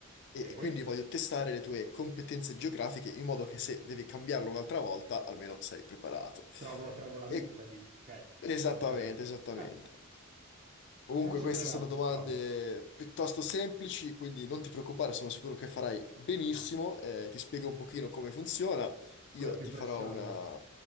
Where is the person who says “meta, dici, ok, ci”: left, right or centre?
Right